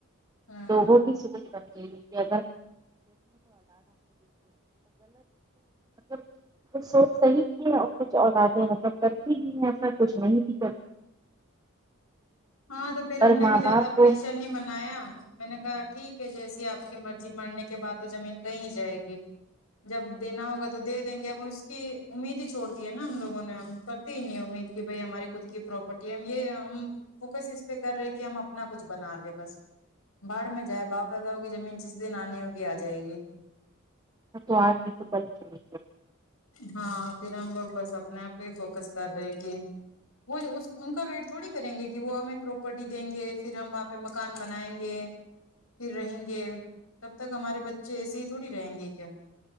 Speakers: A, on the left; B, on the right.
A: ہاں
B: لوگوں کی سکچ بن گئی ہے <unintelligible> تو سوچ صحیح کی ہے اور کچھ اولادیں مطلب کرتی بھی ہیں ایسا کچھ نہیں بھی کرتی
A: ہاں تو پھر
B: پر
A: ہم نے
B: ماں
A: بھی زیادہ
B: باپ کو
A: پریشا نہیں بنایا میں نے کہا ٹھیک ہے جیسی آپ کی مرضی مرنے کے بعد تو زمین کہیں جائے گی جب دینا ہوگا تو دے دیں گے اب اور اس کی امید ہی چھوڑ دی ہے نا ہم لوگوں نے ہم نہیں امید کی بھائی ہمارے خود کی پراپرٹی ہے ہم یہ ہم فوکس اس پہ کر رہے کہ ہم اپنا کچھ بنا لے بس باہڑ میں جائے باپ داناؤں کی زمین جس دن آنی ہوگی آ جائے گی
B: تو آج نہیں تو کل چاہے
A: ہاں پھر ہم لوگ بس اپنے آپ پے ہی فوکس کر رہے کہ وہ ان کا ویٹ تھوڑی کریں گے کہ وہ ہمیں پراپرٹی دیں گے پھر ہم وہاں پہ مکان بنائیں گے پھر رہیں گے تب تک ہمارے بچے ایسے ہی تھوڑی رہیں گے کیا